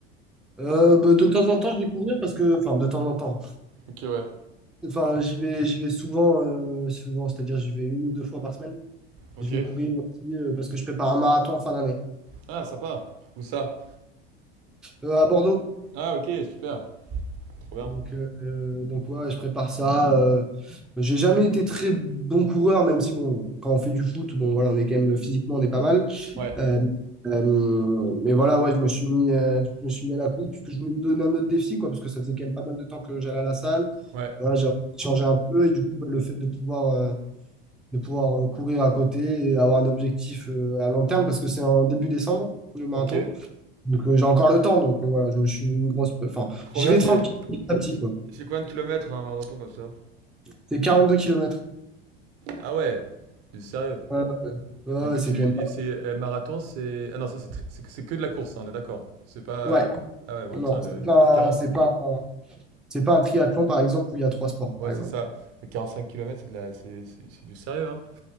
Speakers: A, in the centre; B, on the right.
A: euh, bah, de temps en temps, je vais courir, parce que, enfin, de temps en temps,
B: OK, ouais.
A: enfin, j'y vais, j'y vais souvent, euh, souvent, c'est-à-dire, j'y vais une ou deux fois par semaine.
B: OK.
A: Je vais courir aussi, euh, parce que je prépare un marathon en fin d'année,
B: Ah sympa. Où ça?
A: euh, à Bordeaux.
B: Ah OK, super. Trop bien.
A: Donc, euh, euh, donc ouais, je prépare ça. euh, j'ai jamais été très bon coureur, même si, bon, quand on fait du foot, bon, voilà, on est quand même physiquement, on est pas mal.
B: Ouais.
A: Euh, euh, mais voilà, ouais, je me suis mis, euh, je me suis mis à la course parce que je voulais me donner un autre défi, quoi, parce que ça faisait quand même pas mal de temps que j'allais à la salle.
B: Ouais.
A: Voilà, j'ai changé un peu et du coup, bah, le fait de pouvoir, euh, de pouvoir euh, courir à côté et avoir un objectif euh, à long terme, parce que c'est en début décembre, le marathon.
B: OK.
A: Donc, euh, j'ai encore le temps. Donc, euh, voilà, je me suis mis une grosse. Enfin,
B: Trop
A: j'y
B: bien,
A: vais
B: c'est
A: tranquille petit à petit,
B: c'est
A: quoi.
B: c'est combien de kilomètres un marathon comme ça?
A: C'est 42 km.
B: Ah ouais! Du sérieux?
A: Ouais, ouais, ouais,
B: Du coup,
A: ouais, c'est
B: tu
A: quand même pas.
B: et c'est euh, marathon, c'est ah non ça c'est tr- c'est que c'est que de la course, hein, on est d'accord. C'est pas euh,
A: Ouais,
B: ah ouais bon,
A: non,
B: putain,
A: c'est
B: de-
A: pas,
B: c'est 40
A: c'est pas, un- c'est pas un triathlon, par exemple, où il y a trois sports,
B: ouais
A: par exemple.
B: c'est ça. Mais Quarante-cinq kilomètres, c'est de la c'est c'est- c'est du sérieux hein.